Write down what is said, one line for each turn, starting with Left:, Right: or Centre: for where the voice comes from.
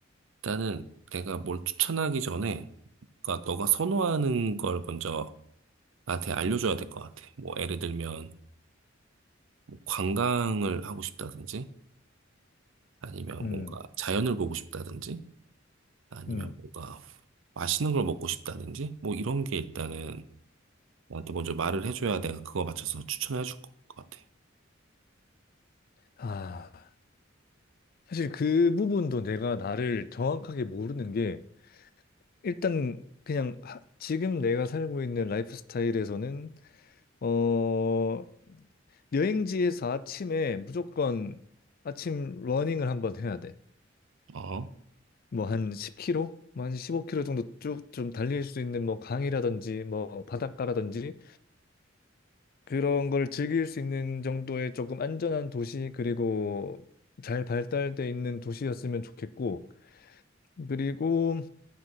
Right: 일단은 내가 뭘 추천하기 전에, 그러니까 너가 선호하는 걸 먼저 나한테 알려줘야 될 것 같아. 뭐, 예를 들면, 뭐 관광을 하고 싶다든지, 아니면
Left: 음,
Right: 뭔가 자연을 보고 싶다든지, 아니면
Left: 음.
Right: 뭔가 맛있는 걸 먹고 싶다든지, 뭐, 이런 게 일단은 나한테 먼저 말을 해줘야 내가 그거 맞춰서 추천해 줄 것 같아.
Left: 아, 사실 그 부분도 내가 나를 정확하게 모르는 게, 일단 그냥 하- 지금 내가 살고 있는 라이프 스타일에서는 어 여행지에서 아침에 무조건 아침 러닝을 한번 해야 돼.
Right: 어?
Left: 뭐 한 10km, 뭐한 15km 정도 쭉 좀 달릴 수 있는 뭐 강이라든지 뭐 바닷가라든지 그런 걸 즐길 수 있는 정도의 조금 안전한 도시 그리고 잘 발달돼 있는 도시였으면 좋겠고 그리고